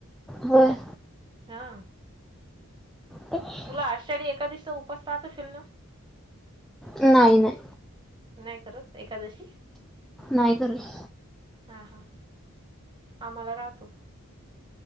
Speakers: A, in the centre; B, on the right.
A: होय.
B: हा.
A: तुम्ही?
B: तुला आषाढी एकादशीचा उपास रहात असेल ना?
A: नाही नाही.
B: नाही करत एकादशी?
A: नाही करत.
B: हा हा. आम्हाला राहतो.